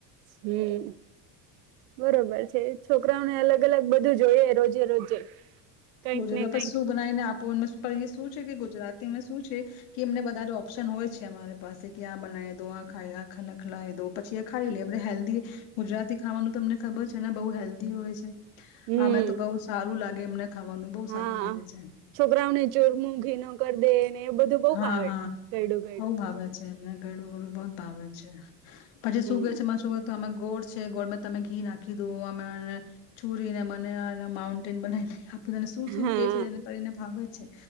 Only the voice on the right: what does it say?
હમ્મ. બરોબર છે. છોકરાઓને અલગ અલગ બધું જોઈએ રોજે રોજે. કઈક
ને
કઈક
હમ
હા,
છોકરાઓને ચોરમું ઘી ન કરી દે ને એ બધું બહ
ભાવે.
ગાઈડું ગાઈડું.
હમ
હા